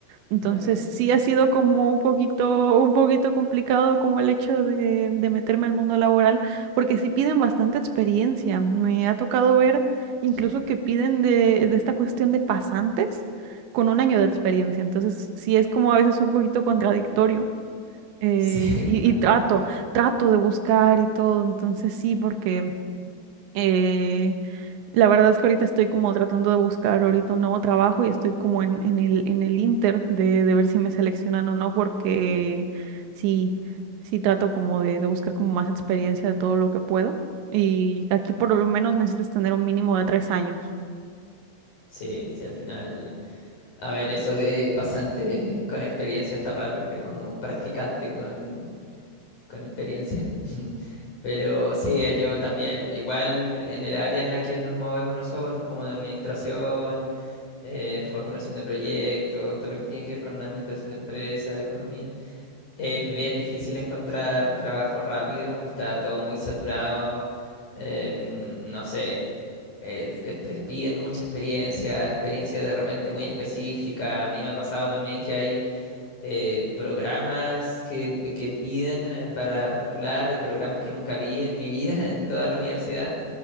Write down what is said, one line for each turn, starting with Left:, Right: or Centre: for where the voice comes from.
Right: Entonces
Left: ok,
Right: sí ha sido como un poquito, un poquito complicado como el hecho de, de meterme al mundo laboral, porque sí piden bastante experiencia. Me ha tocado ver incluso
Left: sí. <laughs>
Right: que piden de, de esta cuestión de pasantes con un año de experiencia. Entonces sí es como a veces un poquito contradictorio. eh,
Left: Sí,
Right: y,
Left: bastante.
Right: y trato, trato de buscar y todo. Entonces sí, porque eh, la verdad es que ahorita estoy como tratando de buscar ahorita un nuevo trabajo y estoy como en, en el, en el inter de, de ver si me seleccionan o no, porque sí, sí trato como de, de buscar como más experiencia de todo lo que pueda. Y aquí por lo menos necesitas tener un mínimo de tres años.
Left: Sí, sí, al final, a ver, eso de pasante con experiencia está raro, es como practicante con, con experiencia. <laughs> Pero sí, eh, yo también, igual en el área en la que nos movemos nosotros, como de administración, eh, formulación de proyectos, todo lo que tiene que ver con la administración de empresas, economía, es bien difícil encontrar trabajo rápido, está todo muy saturado, em, no sé. Es- es- pe- piden mucha experiencia, experiencia de repente muy específica. A mí me ha pasado también que hay eh, programas que, que piden eh, para postular y programas que nunca vi en mi vida, <laughs> en toda la universidad.